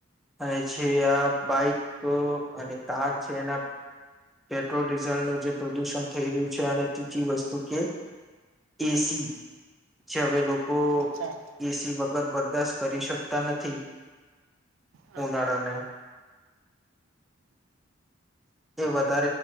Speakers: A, in the centre; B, on the right.
A: અને જે આ બાઈક અને કાર છે એના પેટ્રોલ ડીઝલનું જે પ્રદુષણ થઈ રહ્યું છે, અને ત્રીજી વસ્તુ કે એસી જે હવે લોક. કો
B: અચ્છા
A: એસી વગ. વગર બરદાશ્ત કરી શકતા નથી.
B: હા
A: ઉનાળાના.
B: હા
A: એ વત.